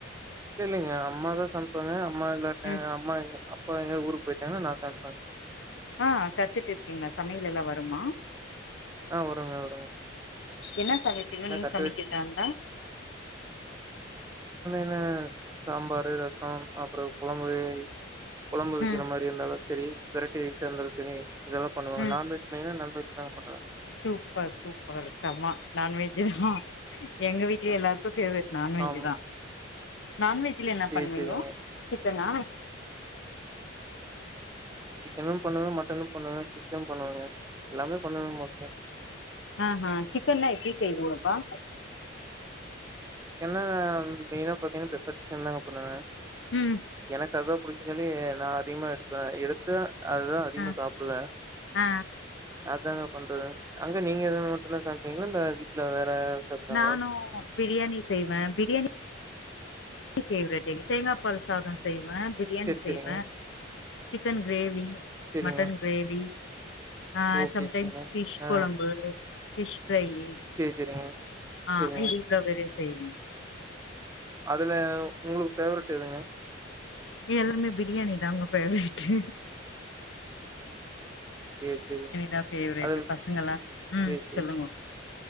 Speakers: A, on the right (about 15°); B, on the left (about 70°).
A: இல்லைங்க அம்மாதா சமைப்பாங்க அம் மா இல்லாட்ட
B: ம்
A: அம்மா இங்க அ அப்பா எங்கயாது ஊருக்கு போயிட்டங்கன்னா நா சமப்பங்
B: ஆ கத்துட்டு இருக்கீங்களா சமையலெல்லா வருமா
A: ஆ வருங்க வருங்க.
B: என்ன சமப்பிங்க
A: என்ன
B: நீங்
A: கத்து
B: சமக்கதாந்த
A: அ சாம்பாரு ரசம் அப்றம் கொழம்பு குழம்பு வைக்கிற
B: ம்
A: மாதிரி இருந்தாலு சரி வெரட்டி ரைஸ இருந்தாலு சரி இதெல்லா பண்ணுவங்க
B: ம்
A: நான்வெஜ் மெயினா நான்வெஜ் அ பட்டா
B: சூப்பர் சூப்பர் சமா நான்வெஜ்ஜ ஹா எங்க வீட்ல
A: ம்
B: எல்லாருக்கு ஃபேவரெட் நான்வெஜ்
A: ஆமா.
B: தா நான்வெஜ்ல என்னா
A: சேரி
B: பண்ணுவீங்கோ
A: சேரிங்க.
B: ட்டனா
A: என்னும் பண்ணுவே மட்டனு பண்ணுவே சிக்கன் பண்ணுவங்க எல்லாமே பண்ணுவங்க மொஸ்லி
B: ஆஹ சிக்கன்ல்லா எப்டி செய்வீங்கப்பா
A: சிக்கனா மெயினா பாத்தீங்கன்னா பெப்பர் சிக்கன் தாங்க பண்ணுவே
B: ம்
A: எனக்கதா புடிக்குஞ்சொல்லி நா அதிகமா எடுப்பே எடுத்தா அதுதா அதிகமா
B: ஆ
A: சாப்டுவே
B: ஆ
A: அதங்க பண்றது அங்க நீங்க எது மட்டு தா சமைப்பீங்களா இல்ல வீட்ல வேற யாராவது சமைப்பாங்களா?
B: நானு பிரியாணி செய்வே பிரியாணி <unintelligible> பெவரட் தேங்காய் பால் சாத செய்வ பிரியாணி
A: சரி,
B: செய்வே
A: சரிங்க.
B: சிக்கன் க்ரேவி
A: சரிங்க.
B: மட்டன் க்ரேவி அ
A: ஓகே,
B: சம்
A: ஓகேங்க.
B: டைம்ஸ் ஃபிஷ்
A: ஆ.
B: கொழம்பு பிஷ் ஃப்ரையி
A: சரி, சரிங்க.
B: அ
A: சரிங்க.
B: இது தவிர செய்னு
A: அதுல உங்களுக் ஃபேவரெட் எதுங்க
B: எல்லாமே பிரியாணி தா உங்க ஃபேவரேட்டு்
A: சேர் செரிங்
B: தா ஃபேவரட்
A: அதது
B: பசங்கல்லா ம்
A: சேரி செரிங்க
B: சொல்லுங்க